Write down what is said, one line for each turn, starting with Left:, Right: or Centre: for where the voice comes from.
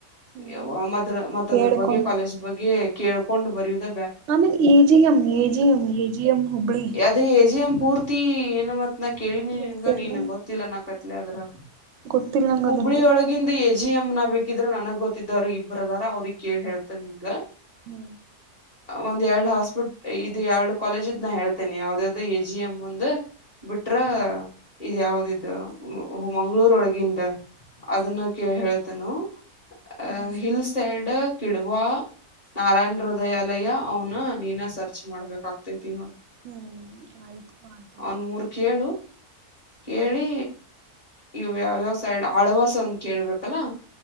Right: ಹ್ಮ್
Left: ಯವ್ವ ಮತ್ ಮತ್ತದ್ರ
Right: ಕೇಳ್ಕೊಂಡು
Left: ಬಗ್ಗೆ ಕಾಲೇಜ್ ಬಗ್ಗೆ ಕೇಳ್ಕೊಂಡ್ ಬರಿಯೋದ್
Right: ಆ ಮೀನ್ ಈಏಜಿಯಂ ಏಜಿಯಂ ಈಏಜಿಯಂ ಹುಬ್ಳಿ.
Left: ಅದೇ ಎ ಜಿ ಎಂ ಪೂರ್ತಿ ಏನಮ್ಮತ್ ನ ಕೇಳಿನಿಂಗ
Right: ಹೆಸರ್ನ
Left: ನೀನ್ ಗೊತ್ತಿಲ್ಲ ನಾ ಕತ್ಲಿ ಅದ್ರಾ
Right: ಗೊತ್ತಿಲ್ಲ ನಂಗ್
Left: ಹುಬ್ಳಿ
Right: ಅದ್ರದ್ದು
Left: ಒಳಗಿಂದಿ ಜಿ ಎಮ್ನ ಬೇಕಿದ್ರೆ ನನಗ್ ಗೊತ್ತಿದ್ದವ್ರಗ್ ಇಬ್ರಿದರ ಅವ್ರಿಗ್ ಕೇಳ್ ಹೇಳ್ತಿನ್ ನಿಂಗ
Right: ಹ್ಮ್
Left: ಒಂದ್ ಎರಡ್ ಹಾಸ್ಪಿಟ್ ಇದು ಎರಡ್ ಕಾಲೇಜ ಇದ್ ನ ಹೇಳ್ತೇನೆ ಯಾವ್ದ್ ದ್ ಎ ಜಿ ಎಂ ಒಂದು ಬಿಟ್ರ ಇದ ಯಾವ್ದಿದ್ದ ಮಂಗ್ಳೂರೊಳಗೆ. ಅದನ್ನ ಕೇಳ್ ಹೇಳ್ತಿನು ಅ
Right: ಹ್ಮ್
Left: ಹಿಲ್ ಸೈಡ್. ಕಿಡವಾ ನಾರಾಯಣ ಹೃದಯಾಲಯ ಅವ್ನ ನೀನ ಸರ್ಚ್ ಮಾಡ್ಬೇಕಾಗ್ತೈತಿ.
Right: ಹ್ಮ್ ಆಯ್ತು ಮಾಡ್ತೀನಿ
Left: ಅವನ್ ಮೂರ್ ಕೇಳು. ಕೇಳಿ
Right: ಹ್ಮ್
Left: ಇವ ಯಾವಯವ ಸೈಡ್ ಆಳವಾಸ ಅಂತ ಕೇಳ್ಬೇಕಲ್ಲಾ